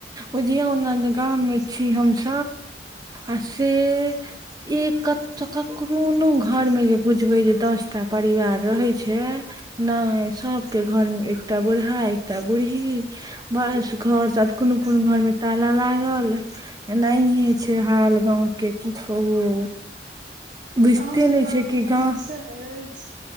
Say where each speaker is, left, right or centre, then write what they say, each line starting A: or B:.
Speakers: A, on the right; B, on the right.
A: बुझीयो ना गाम मे छी हमस आ से एक ककरो कोनो घरमे जे बुझबे जे दस टा परिवार रहे छै नहि सबके घरमे एकटा बूढ़ा एकटा बूढ़ढ़ी बस घर साथ कोनो कोनो घर मे ताला लागल एनाये छै हाल गाँवकेँ की कहु बुझते
B: अहूँसभ
A: नई
B: गाममे
A: छै की
B: तहन
A: गाँव
B: अछि